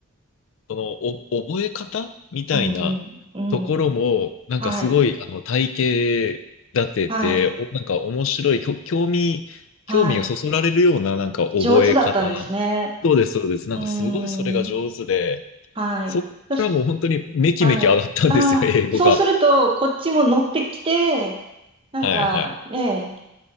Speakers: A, on the left; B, on the right.
A: その、お、覚え方みたいなところも、
B: うん、うん。うん。
A: なんかすごい、
B: はい。
A: あの、体系立てて、
B: はい。
A: お、なんか面白い、きょ興味、
B: はい。
A: 興味をそそられるような、なんか覚え方。
B: 上手だったんですね。
A: そうです、そうです。なんかすごいそれが上手で、
B: うーん。はい。
A: そっからもう本当にめきめき上がったんですよ、
B: そしはい。ああ、
A: 英語が。
B: そうすると、こっちも乗ってきて、なんかね
A: はい、はい。